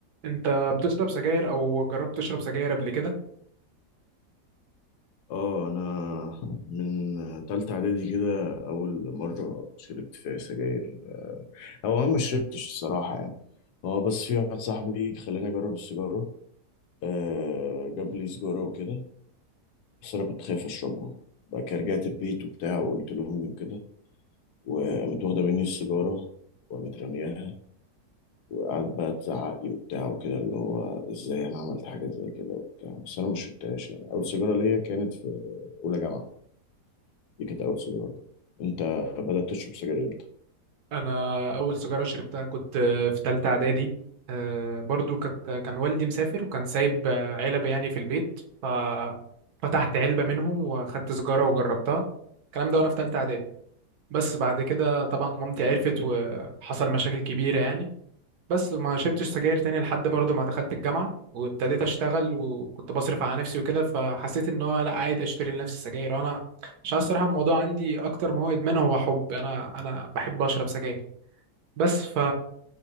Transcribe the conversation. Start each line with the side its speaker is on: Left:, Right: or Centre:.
Right: انت بتشرب سجاير او جربت تشرب سجاير قبل كده
Left: اه انا من تالتة اعدادي كده اول مرة شربت فيها سجاير او انا ما شربتش الصراحة يعني هو بس في واحد صاحبي خلاني اجرب السيجارة آه جاب لي سيجارة وكده بس انا كنت خايف اشربها بقى كده رجعت البيت وبتاع وقلت لامي وكده وقامت واخدة مني السيجارة وقامت رمياها وقعدت بقى تزعق لي وبتاع وكده اللي هو ازاي انا عملت حاجة زي كده وبتاع بس انا ما شربتهاش يعني اول سيجارة ليا كانت في اولى جامعة دي كانت أول سيجارة أنت بدأت تشرب سجاير إمتى؟
Right: انا اول سيجاره شربتها كنت في ثالثه اعدادي آه، برضو كانت كان والدي مسافر وكان سايب علب يعني في البيت ففتحت علبه منهم واخدت سيجاره وجربتها الكلام ده وانا في ثالثه اعدادي بس بعد كده طبعا مامتي عرفت وحصل مشاكل كبيره يعني بس ما شربتش سجاير تاني لحد برضه ما دخلت الجامعة وابتديت اشتغل وكنت بصرف على نفسي وكده فحسيت ان هو لا عادي اشتري لنفسي سجاير انا عشان الصراحة الموضوع عندي اكتر ما هو ادمان هو حب انا انا بحب اشرب سجاير بس ف